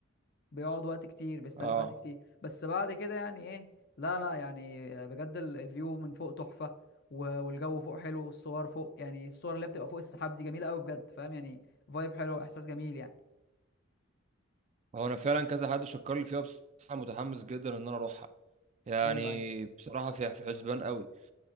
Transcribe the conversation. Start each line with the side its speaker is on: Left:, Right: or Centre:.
Left: بيقعد وقت كتير بيستهلك
Right: اه
Left: وقت كتير بس بعد كده يعني ايه لا لا يعني بجد ال- الفيو من فوق تحفه و- والجو فوق حلو والصور فوق يعني الصور اللي بتبقى فوق السحاب دي جميله قوي بجد فاهم يعني فايب حلو احساس جميل يعني
Right: هو انا فعلا كذا حد شكر لي فيها بصراحة متحمس جدا ان انا اروحها يعني
Left: ايوه ايوه
Right: بصراحة في في حسبان قوي